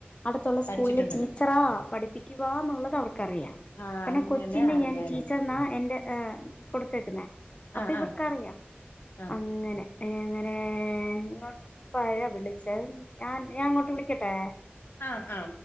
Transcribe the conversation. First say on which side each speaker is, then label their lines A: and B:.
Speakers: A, on the left; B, on the left.
A: അടുത്തുള്ള
B: പഠിച്ചിട്ടുണ്ടെന്ന്
A: സ്കൂളില് ടീച്ചറാ പഠിപ്പിക്കുവാ ന്നൊള്ളത് അവർക്കറിയാം
B: ആ
A: കാരണം
B: അങ്ങനെ
A: കൊച്ചിന്റെ
B: അറിയായിരുന്നു
A: ഞാൻ ടീച്ചറിനാ എന്റെ ആഹ് കൊടുത്തേക്കുന്നെ അപ്പം
B: ആ
A: ഇവർക്കറിയാം
B: ആ ആ
A: അങ്ങനെ ഏ അങ്ങനെ ഇങ്ങോട്ട് ഇപ്പ ആരാ വിളിച്ചത് ഞാൻ ഞാൻ അങ്ങോട്ട്‌ വിളിക്കട്ടെ
B: ആ ആ